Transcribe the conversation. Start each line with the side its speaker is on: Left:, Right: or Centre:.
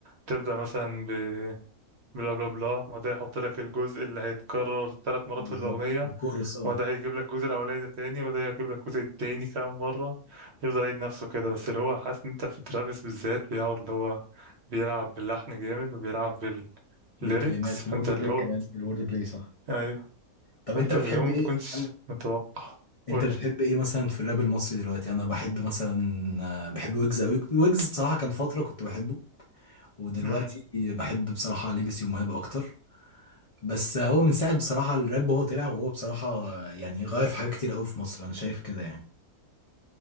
Right: تبدأ مثلا ب بلا بلا بلا وده يحط لك الجزء اللي هيتكرر ثلاث مرات
Left: بالظبط
Right: في الأغنية
Left: الكورس اه
Right: وده هيجيب لك الجزء الأولاني ده تاني وده هيجيب لك الجزء التاني كام مرة يفضل يعيد نفسه كده بس اللي هو حاسس إن أنت في ترافيس بالذات بيقعد اللي هو بيلعب باللحن جامد وبيلعب
Left: بالكلمات
Right: بالليركس فأنت
Left: الورد
Right: اللي
Left: بلاي
Right: هو
Left: كمان الورد بلاي صح
Right: أيوه
Left: طب
Right: فانت
Left: انت بتحب
Right: اللي هو ما
Left: ايه
Right: تكونش
Left: أنا-
Right: متوقع قول
Left: انت
Right: لي
Left: بتحب ايه مثلا في الراب المصري دلوقتي انا بحب مثلا آه، بحب ويجز قوي ويجز بصراحة كان فترة كنت بحبه ودلوقتي
Right: امم
Left: بحب بصراحة ليجاسي ومهاب اكتر بس هو من ساعة بصراحة الراب وهو طلع وهو بصراحة يعني غير في حاجات كتير قوي في مصر انا شايف كده يعني